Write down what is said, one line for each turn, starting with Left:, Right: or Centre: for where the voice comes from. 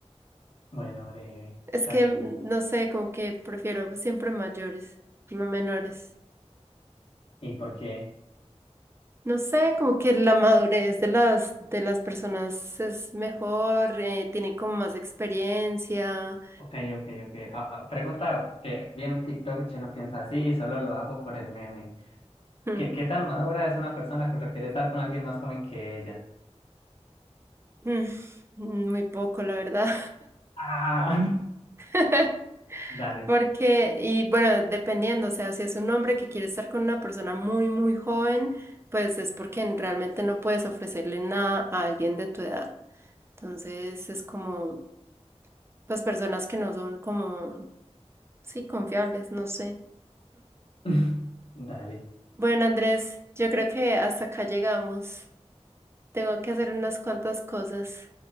Left: Bueno, breve,
Right: Es
Left: está
Right: que,
Left: bien.
Right: mm, no sé, como que prefiero siempre mayores, no menores.
Left: ¿Y por qué?
Right: No sé, como que la madurez de las, de las personas es mejor, eh, tienen como más experiencia.
Left: Ok, ok, ok. Ah, ah, pregunta que viene un TikTok, yo no pienso así y solo lo hago por el meme.
Right: Mm,
Left: ¿Qué, qué tan madura es una persona que prefiere estar con alguien más joven que ella?
Right: mm, Muy poco, la verdad.
Left: Ah, <laughs>
Right: <laughs>
Left: Dale.
Right: Porque, y bueno, dependiendo, o sea, si es un hombre que quiere estar con una persona muy, muy joven, pues es porque n- realmente no puedes ofrecerle nada a alguien de tu edad. Entonces es como, pues personas que no son como, sí, confiables, no sé.
Left: <laughs> Dale.
Right: Bueno, Andrés, yo creo que hasta acá llegamos. Tengo que hacer unas cuantas cosas.